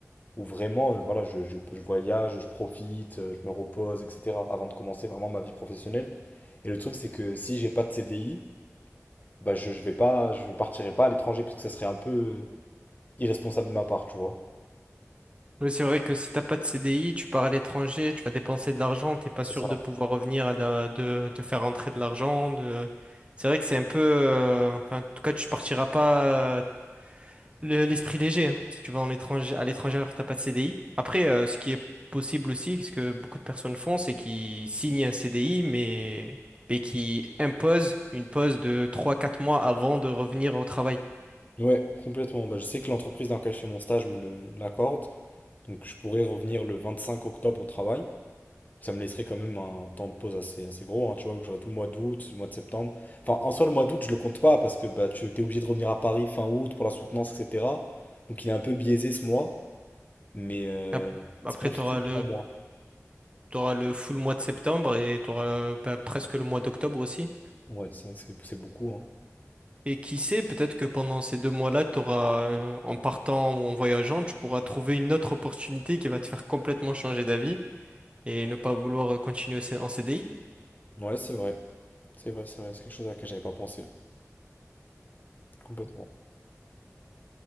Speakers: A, on the left; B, on the right.
A: où vraiment, euh, voilà, je, je- je voyage, je profite, euh, je me repose, etc. avant de commencer vraiment ma vie professionnelle. Et le truc, c'est que si j'ai pas de CDI, bah je, je vais pas, je partirai pas à l'étranger parce que ça serait un peu euh, irresponsable de ma part, tu vois.
B: Oui, c'est vrai que si t'as pas de C D I tu pars à l'étranger, tu vas dépenser de l'argent, t'es pas
A: C'est
B: sûr
A: ça.
B: de pouvoir revenir, à da- de, de, faire rentrer de l'argent. De... C'est vrai que c'est un peu, euh, enfin, en tout cas, tu partiras pas Le- l'esprit léger, hein, si tu vas en étranger, à l'étranger alors que t'as pas de CDI. Après, euh, ce qui est possible aussi, ce que beaucoup de personnes font, c'est qu'ils signent un CDI, mais et qui imposent une pause de trois quatre mois avant de revenir au travail.
A: Ouais, complètement. Bah, je sais que l'entreprise dans laquelle je fais mon stage me le- l'accorde, donc je pourrais revenir le 25 octobre au travail. Ça me laisserait quand même un temps de pause assez, assez gros, hein, tu vois, que j'aurais tout le mois d'août, le mois de septembre. Enfin, en soi, le mois d'août, je le compte pas parce que bah, tu es obligé de revenir à Paris fin août pour la soutenance, etc. Donc il est un peu biaisé ce mois, mais euh,
B: Ap- Après,
A: c'est pas
B: tu auras
A: fou
B: le,
A: pour mois
B: t'auras le full mois de septembre et tu auras presque le mois d'octobre aussi.
A: Ouais, c'est vrai que c'est c'est beaucoup, hein.
B: Et qui sait, peut-être que pendant ces deux mois-là, tu auras, en partant ou en voyageant, tu pourras trouver une autre opportunité qui va te faire complètement changer d'avis et ne pas vouloir euh, continuer au C- en CDI.
A: Ouais, c'est vrai. C'est vrai, c'est vrai. C'est quelque chose à laquelle j'avais pas pensé. Complètement.